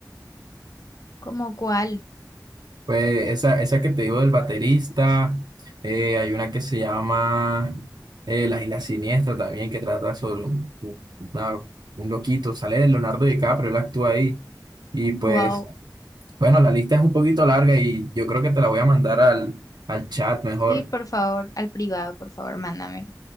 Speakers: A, on the left; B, on the right.
A: Como cual,
B: Pues esa, esa que te digo del baterista, eh, hay una que se llama eh, La Isla Siniestra también, que trata sobre un, un- una- un loquito, sale de Leonardo DiCaprio, él actúa ahí. Y pues,
A: wow.
B: bueno, la lista es un poquito larga y yo creo que te la voy a mandar al, al chat mejor.
A: Sí, por favor, al privado, por favor, mándamelo.